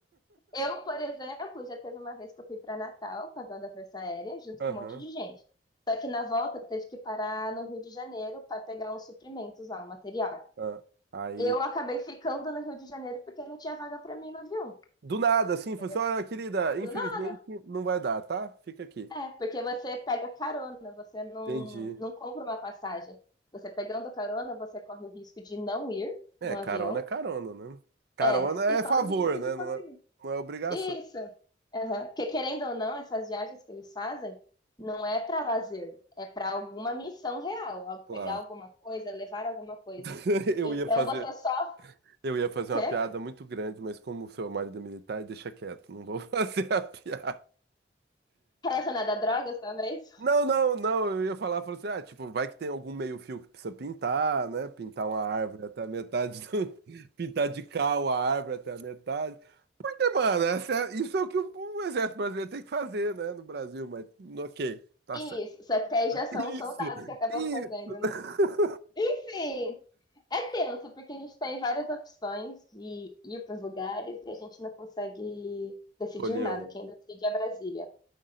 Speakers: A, on the left (about 20°); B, on the right (about 60°).
A: Eu, por exemplo, já teve uma vez que eu fui para Natal com a avião da Força Aérea, junto
B: <laughs>
A: com
B: Aham.
A: um monte de gente. Só que na volta teve que parar no Rio de Janeiro para pegar uns suprimentos lá, um material.
B: ah. Aí,
A: Eu acabei ficando no Rio de Janeiro porque não tinha vaga para mim no avião,
B: do nada, assim, foi
A: entendeu?
B: só, "Ah, querida,
A: Do
B: infelizmente
A: nada.
B: não vai dar, tá? Fica aqui.
A: É, porque você pega carona, você não,
B: Entendi.
A: não compra uma passagem. Você pegando carona, você corre o risco de não ir
B: É,
A: no avião.
B: carona é carona, né? Carona
A: É,
B: é
A: e corre
B: favor,
A: o risco
B: né?
A: de conseguir.
B: Não é, não é obrigação.
A: Isso. Aham. Porque querendo ou não, essas viagens que eles fazem não é para lazer, é para alguma missão real, al- pegar
B: Claro.
A: alguma coisa, levar alguma coisa.
B: <laughs> Eu
A: Então
B: ia fazer
A: você só
B: Eu ia fazer uma
A: quer
B: piada muito grande, mas como o seu marido é militar, deixa quieto, não vou <laughs> fazer a piada.
A: relacionada a drogas, talvez?
B: Não, não, não, eu ia falar, falou assim, ah, tipo, vai que tem algum meio-fio que precisa pintar, né? Pintar uma árvore até a metade do... <laughs> Pintar de cal a árvore até a metade. E, mano, essa é- isso é o que o, o Exército Brasileiro tem que fazer, né, no Brasil, mas ok, tá
A: Isso,
B: certo.
A: só que aí já são
B: Isso,
A: os soldados que acabam
B: isso.
A: fazendo, né?
B: <laughs>
A: Enfim, é tenso porque a gente tem várias opções de ir para os lugares e a gente não consegue decidir
B: Escolher
A: nada.
B: uma.
A: Quem decide é Brasília.